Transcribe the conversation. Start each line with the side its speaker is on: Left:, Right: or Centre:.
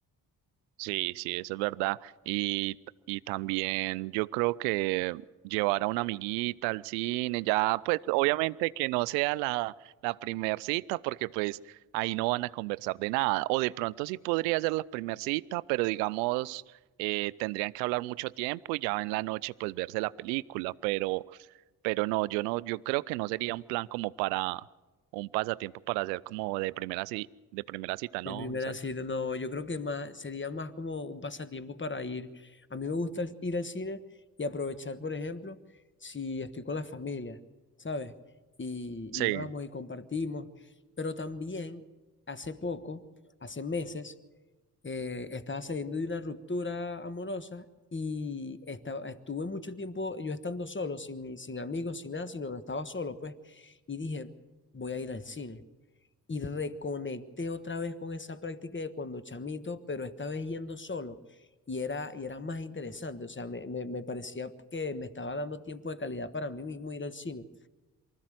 Right: Sí, sí, eso es verdad. Y, y también yo creo que llevar a una amiguita al cine, ya pues obviamente que no sea la, la primer cita, porque pues ahí no van a conversar de nada. O de pronto sí podría ser la primer cita, pero digamos, eh, tendrían que hablar mucho tiempo y ya en la noche pues verse la película, pero... Pero no, yo no, yo creo que no sería un plan como para un pasatiempo para hacer como de primera ci- de primera cita, ¿no,
Left: De primera
Right: Isaac?
Left: cita, no, yo creo que más, sería más como un pasatiempo para ir. A mí me gusta el- ir al cine y aprovechar, por ejemplo, si estoy con la familia, ¿sabes? Y,
Right: Sí,
Left: y vamos y compartimos. Pero también, hace poco, hace meses, eh, estaba saliendo de una ruptura amorosa y estaba, estuve mucho tiempo yo estando solo, sin, mi- sin amigos, sin nada, sino que estaba solo, pues, y dije, voy a ir al cine y reconecté otra vez con esa práctica de cuando chamito, pero esta vez yendo solo. Y era, y era más interesante, o sea, me, me, me parecía que me estaba dando tiempo de calidad para mí mismo ir al cine.